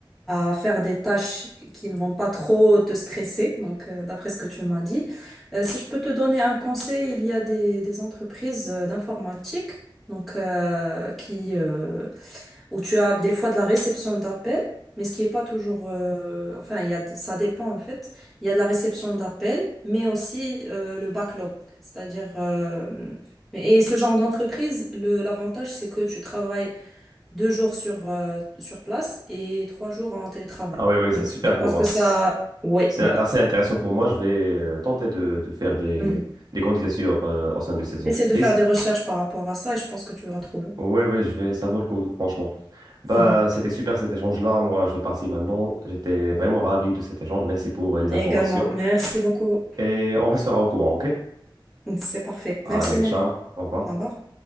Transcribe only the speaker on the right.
Ah oui, oui,
c'est super
pour
moi.
C'est
assez intéressant pour moi. Je vais euh, tenter de, de faire des,
des candidatures euh, au sein de ces
entreprises.
Oui, oui, je vais, ça vaut le coup, franchement. Bah,
c'était super cet échange-là. Moi, je vais partir maintenant. J'étais vraiment ravi de cet échange. Merci pour euh, les
informations.
Et on restera au courant, OK?
Allez,
ciao. Au revoir.